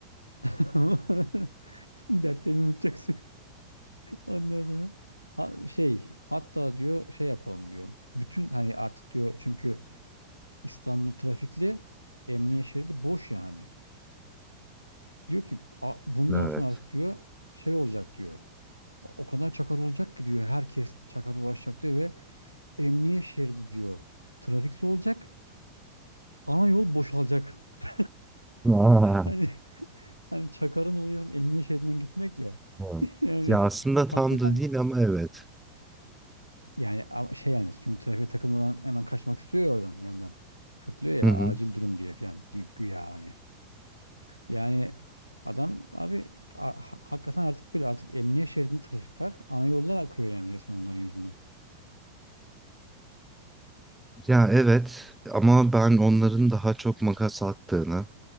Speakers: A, on the left; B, in the centre.
A: <laughs> Bütün dertlerini unutacaksın. Ondan sonra ha- şey hatta diyor şey yapalım diyor. Bütün hani artık diyor çünkü İstanbul trafikli emniyet şeridi boş yani. Diyor ki "A- bundan
B: Evet.
A: sonra diyor şey olacak diyor. O o kadar çakar olacak ki diyor herkes çakar ulaşacak diyor ve emniyet şeridi diyor trafikli olacak. Ana yol boşalacak. <laughs>
B: <laughs>
A: Hani hani çakarın olayı emniyet şeridinden gitmek ya.
B: Evet.
A: <laughs> Yani
B: Ya aslında
A: hakikaten
B: tam da değil ama evet.
A: Yani ama şey yani çünkü trafiğe takılmadan hemen kaçmak istiyor ya oradan yandan. Fırtlıyor ya
B: Hı hı.
A: acil durum diye falan gü- güya hani. Yani adam abi a- ha- hakikaten artık böyle artık emniyet şeridinde trafik var. Ana yollar akıyor yani resmen onların yüzünden.
B: Ya evet ama ben onların daha çok makas attığını,